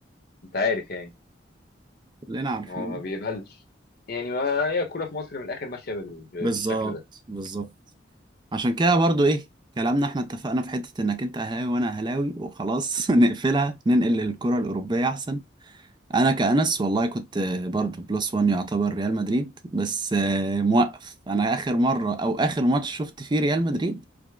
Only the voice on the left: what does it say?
انت عارف يعني
هو ما بيقبلش يعني ما هي الكورة في مصر من الآخر ماشية بال-
بالشكل ده